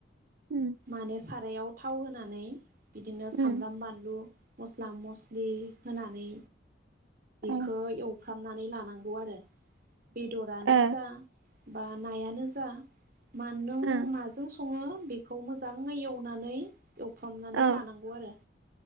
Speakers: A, on the right; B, on the right.
A: उम,
B: मानेस सारायाव थाव होनानै बिदिनो
A: उम,
B: सामब्राम बानलु मस्ला मस्लि होनानै
A: अ,
B: खो एव फ्रामनानै लानांगौ आरो। बेदरानो
A: ओ,
B: जा बा नायानो जा मानो
A: ओ,
B: माजों सङो बेखौ मोजाङै एवनानै एवफ्रामनानै
A: औ,
B: लानांगौ आरो।